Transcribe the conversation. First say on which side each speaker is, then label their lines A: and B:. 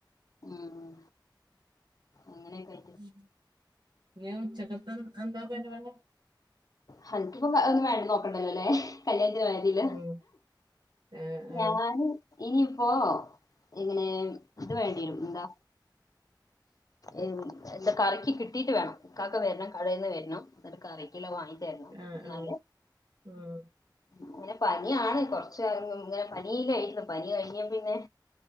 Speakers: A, on the left (about 50°); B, on the right (about 65°).
A: ഉം അങ്ങനെക്കെ
B: ഉം ഇനിം ഉച്ചക്കത്തെതെട്ക്കാനെന്താ പരിവാടി
A: ഹൽക്ക്പ്പം എഹ് ഒന്നും വേണ്ട ഒന്നും നോക്കണ്ടല്ലോലേ കല്യാണത്തിന് പോയാമതീലൊ
B: ഉം ആ ആ
A: ഞാന് ഈയ്പ്പോ ഇങ്ങനെ ഇത് വേണ്ടീവരും ന്താ എൻ എന്താ കറിക്കി കിട്ടീട്ട് വേണം ഇകാക്ക വെര്നം കടേന്ന് വെര്നം ന്ന്ട്ട് കറിക്ക്ള്ളേ വാങ്ങിത്തെര്നം
B: ആ
A: ന്നാല്
B: ആ ഉം.
A: അങ്ങനെ പന്യാണ് കൊറച്ച അയ് ഇങ്ങനെ പനീല്ലേ ആയ്ട്ട്ള്ള പനി കഴിഞ്ഞേ പിന്നെ